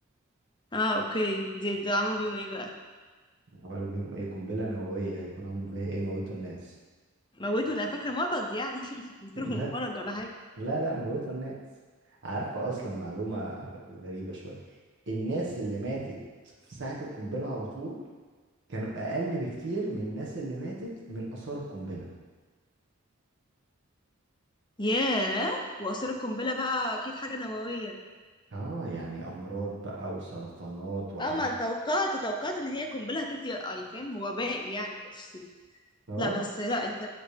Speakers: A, on the left; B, on the right.
A: اه اوكي دي ده عملوا بيهم ايه بقى؟
B: عملوا بيهم ايه قنبلة نووية هيكون عامل بيها ايه موتوا الناس
A: موتوا ده أنا فاكرة مرض يعني <laughs>
B: <laughs>
A: اديتهم
B: لا
A: مرض ولا حاجة
B: لا لا موتوا الناس عارفة اصلا معلومة غريبة شوية الناس اللي ماتت في ساعة القنبلة على طول كانوا اقل بكتير من الناس اللي ماتت من اثار القنبلة
A: ياه وآثار القنبلة بقى أكيد حاجة نووية
B: اه يعني امراض بقى وسرطانات وحاجات
A: اه ما أنا توقعت توقعت إن هي قنبلة هتدي أي فاهم وباء يعني بس
B: اه
A: لا بس لا أنت